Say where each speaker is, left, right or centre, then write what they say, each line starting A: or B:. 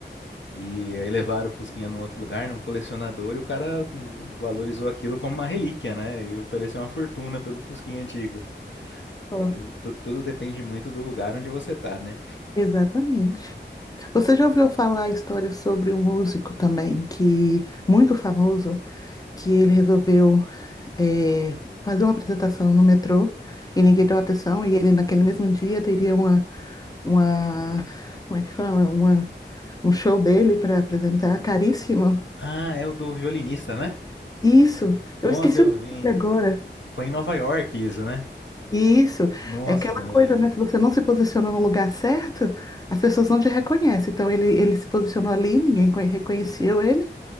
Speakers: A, on the left; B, on the left.
A: E aí levaram o Fusquinha num outro lugar, num colecionador, e o cara hum, valorizou aquilo como uma relíquia, né? E ofereceu uma fortuna pelo Fusquinha antigo.
B: Ó,
A: É, de- tu- tudo depende muito do lugar onde você tá, né?
B: Exatamente. Você já ouviu falar a história sobre um músico também, que muito famoso, que ele resolveu é, fazer uma apresentação no metrô e ninguém deu atenção, e ele naquele mesmo dia teria uma, uma, como é que fala? Uma, um show dele para apresentar, caríssimo.
A: Ah, é o do violinista, né?
B: Isso,
A: Nossa,
B: eu esqueci
A: eu
B: o nome
A: vi.
B: agora.
A: Foi em Nova York isso, né?
B: Isso,
A: Nossa,
B: é aquela coisa,
A: é,
B: né? Se você não se posiciona no lugar certo, as pessoas não te reconhecem. Então ele, ele se posicionou ali, ninguém conhe- reconheceu ele.